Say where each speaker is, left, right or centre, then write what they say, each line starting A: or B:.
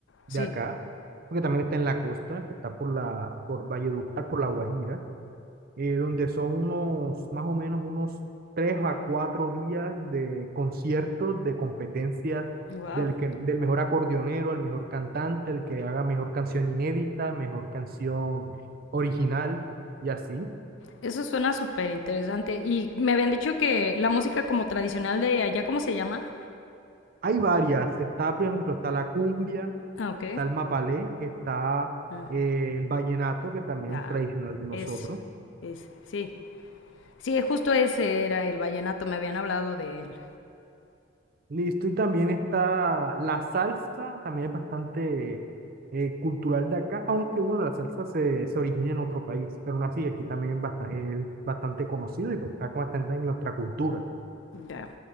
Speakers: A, on the right; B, on the left.
A: de
B: Sí.
A: acá, porque también está en la costa, que está por la, por Valledupar, por La Guajira eh, donde son unos, más o menos unos tres a cuatro días de conciertos, de competencias
B: Wow.
A: del, que, del mejor acordeonero, el mejor cantante, el que haga mejor canción inédita, mejor canción original y así.
B: Eso suena súper interesante. Y me habían dicho que la música como tradicional de allá, ¿cómo se llama?
A: Hay varias, está, por ejemplo, está la cumbia,
B: Ah, ok.
A: está el mapalé, está
B: Mm.
A: eh, el vallenato, que también
B: Ah,
A: es tradicional de nosotros.
B: es, es, sí. Sí, justo ese era el vallenato, me habían hablado de él.
A: Listo, y también está la salsa, también es bastante eh, cultural de acá, aunque bueno, la salsa se, se origina en otro país, pero aún así aquí también es bastante, es bastante conocido y pues está bastante en nuestra cultura.
B: Ya.